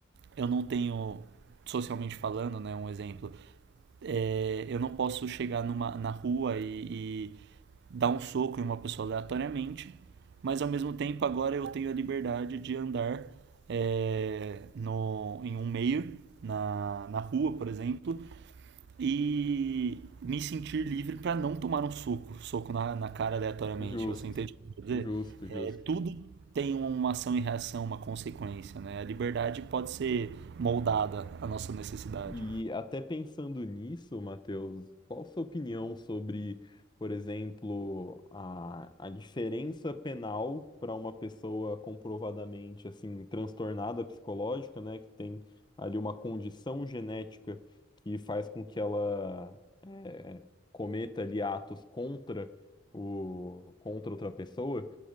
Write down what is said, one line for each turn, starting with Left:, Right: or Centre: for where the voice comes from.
Right: eu não tenho, socialmente falando, né, um exemplo, é, eu não posso chegar numa, na rua e, e dar um soco em uma pessoa aleatoriamente, mas ao mesmo tempo agora eu tenho a liberdade de andar é, no, em um meio, na, na rua, por exemplo, e me sentir livre para não tomar um soco, soco na, na cara aleatoriamente.
Left: justo,
Right: Você entende o que eu quero dizer?
Left: justo, justo.
Right: É, tudo tem uma ação e reação, uma consequência, né? A liberdade pode ser moldada à nossa necessidade.
Left: E até pensando nisso, Matheus, qual a sua opinião sobre, por exemplo, a, a diferença penal para uma pessoa comprovadamente assim transtornada psicológica, né, que tem ali uma condição genética que faz com que ela é, cometa ali atos contra o, contra outra pessoa?